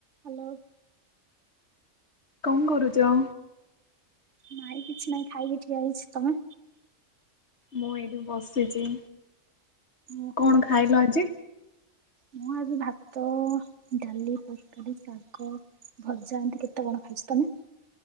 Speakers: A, on the right; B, on the left.
A: Hello.
B: କଁ କରୁଛ।
A: ନାଇଁ କିଛି ନାଇଁ ଖାଇକି ଠିଆ ହେଇଛି ତମେ।
B: ମୁଁ ଏଇଠି ବସିଛି।
A: ଓହୋ
B: କଣ
A: ଆଛା।
B: ଖାଇଲ ଆଜି?
A: ମୁଁ ଆଜି ଭାତ ଡାଲି ତରକାରି ଶାଗ। ଭଜା ଏମତି କେତେ କଣ ଖାଇଛି ତମେ?